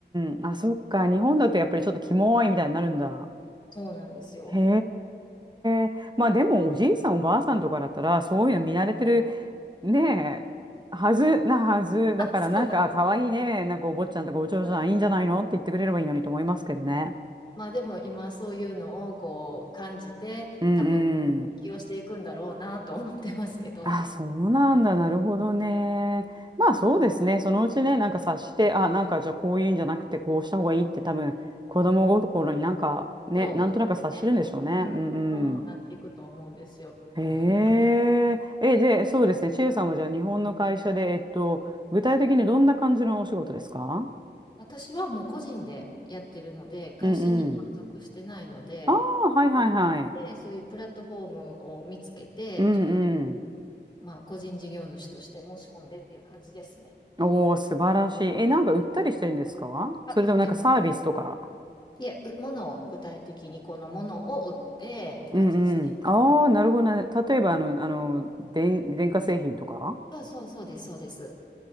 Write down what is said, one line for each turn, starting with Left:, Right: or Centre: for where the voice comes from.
Right: うんうん。あ、そっか。日本だとやっぱりちょっとキモいみたいになるんだ。
Left: そうなんですよ。
Right: へえ。まあでもおじいさんおばあさんとかだったらそういうの見慣れてるねえはずなはずだからなんかあ可愛いいねなんかお坊ちゃんとかお嬢さんいいんじゃないのって言ってくれればいいのにと思いますけどね。
Left: <laughs> そうなんです。そうそうまあでも今そういうのをこう感じて、
Right: うんうん。
Left: 多分適応していくんだろうなと思ってますけど。
Right: あ、そうなんだ。なるほどね。まあそうですね。
Left: うん、
Right: そのうちねなんか察してあなんかじゃあこういうんじゃなくてこうした方がいいって多分子供心になんかねなんとなく察してるんでしょうね。
Left: そうですね。うん。
Right: うんうん。
Left: そうなっていくと思うんですよ。
Right: へえ。
Left: <laughs>
Right: え、で、そうですね。チエさんはじゃあ日本の会社で、えっと、具体的にどんな感じのお仕事ですか
Left: 私はもう個人でやってるので、会社には属してないので、
Right: うんうん。ああ、はいはいはい。
Left: 自分でそういうプラットフォームを見つけて、
Right: うんうん。
Left: 自分でまあ、個人事業主として申し込んでっていう感じですね。
Right: おお、素晴らしい。え、なんか売ったりしてるんですかそれともなんかサービスとか。
Left: あ、売ってます。いえ、う物を具体的にこのものを売ってって感じですね。
Right: うんうん。ああ、なるほどね。例えばあの、あの、電、電化製品とか
Left: そうそうそうです、そうです。